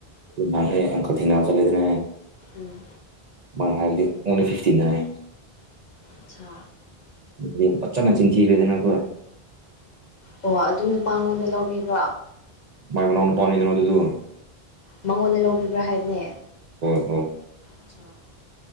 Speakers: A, on the right; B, on the left.
A: ꯅꯍꯥꯟ ꯑꯩ ꯑꯪꯀꯜ ꯊꯦꯡꯅꯕ ꯆꯠꯂꯦꯗꯅ ꯑꯩ
B: ꯎꯝ
A: ꯃꯥꯅ ꯍꯥꯢꯗꯤ ꯑꯣꯡꯂꯤ ꯐꯤꯐꯇꯤꯅꯥꯢꯟ
B: ꯑꯠꯁꯥ
A: ꯗꯨꯗꯤ ꯐꯖꯟꯅ ꯆꯤꯟꯊꯤꯔꯦ ꯅꯪꯀꯣ
B: ꯑꯣ ꯑꯗꯨ ꯅꯨꯄꯥꯉꯣꯟꯗ ꯂꯧꯕꯤꯕ꯭ꯔꯣ
A: ꯃꯥꯥꯏ ꯃꯅꯥꯎꯅꯨꯄꯥꯅꯤꯗꯅ ꯑꯗꯨꯗꯨ
B: ꯃꯉꯣꯟꯗ ꯂꯧꯕꯤꯕ꯭ꯔꯥ ꯍꯥꯏꯕꯅꯦ
A: ꯑꯧ
B: ꯑꯠꯁꯥ